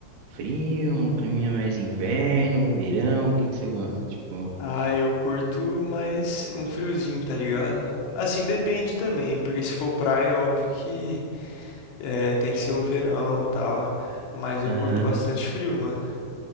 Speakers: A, on the right (about 70°); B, on the left (about 75°).
A: frio, um clima mais inverno, verão? O que que você gosta? Tipo,
B: Ah, eu curto mais um friozinho, tá ligado? Assim, depende também, porque se for praia, óbvio que é, tem que ser um verão e tal. Mas eu
A: aham.
B: curto bastante frio, mano.